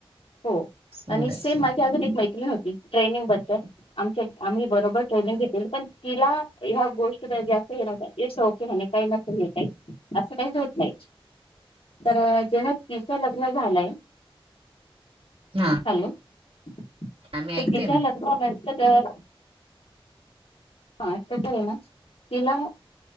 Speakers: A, on the left; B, on the right.
A: हो.
B: सुंदर
A: आणि सेम
B: सुंदर
A: माझी अजून एक मैत्रिण होती ट्रेनिंग मध्ये आमच्या आम्ही बरोबर ट्रेनिंग घेतली, पण तिला ह्या गोष्टी जास्त हे नव्हतं इट्स ओके म्हणायची. <unintelligible> नाही तर जेव्हा तिचं लग्न झालंय.
B: हा
A: हॅलो. तर
B: आम्ही ऐकते
A: तिच्या
B: ना
A: लग्नानंतर हा. <unintelligible> ना तिला.